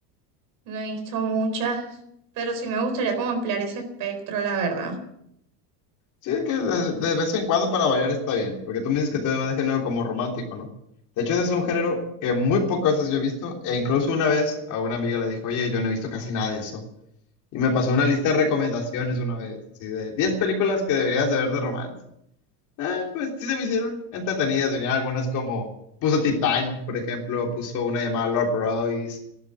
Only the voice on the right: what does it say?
no he visto muchas, pero sí me gustaría como ampliar ese espectro, la verdad.